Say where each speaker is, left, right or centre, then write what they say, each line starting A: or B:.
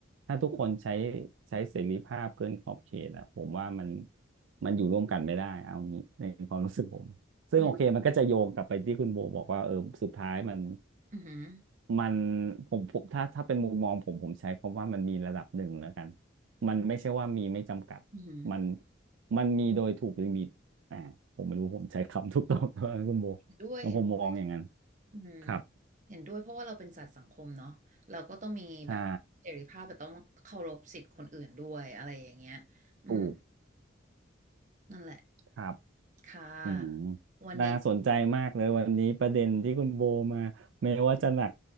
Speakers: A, on the right; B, on the right.
A: ถ้าทุกคนใช้ใช้เสรีภาพเกินขอบเขตอะผมว่ามันมันอยู่ร่วมกันไม่ได้เอางี้ในความรู้สึกผมซึ่งโอเคมันก็จะโยงกลับไปที่คุณโบบอกว่าเออสุดท้ายมัน
B: อืมอืมอืม
A: มันผมผมถ้าถ้าเป็นมุมมองผมผมใช้คำว่ามันมีระดับหนึ่งแล้วกัน มันไม่ใช่ว่ามีไม่จำกัด
B: อืม
A: มันมันมีโดยถูกลิมิตอ่าผมไม่รู้ผมใช้คำถูกต้องไหมคุณโบ
B: เห็นด้วยเห็นด้วย
A: แล้วผมมองอย่างนั้น
B: อืม
A: ครับ
B: เห็นด้วยเพราะว่าเราเป็นสัตว์สังคมเนาะเราก็ต้องมีแบบเสรีภาพแต่ต้องเคารพสิทธิ์คนอื่นด้วยอะไรอย่างเงี้ย
A: ใช่
B: อืม
A: ถูก
B: นั่นแหละ
A: ครับ
B: ค่ะวันนี้
A: อืมน่าสนใจมากเลยวันนี้ประเด็นที่คุณโบมาไม่ว่าจะหนัก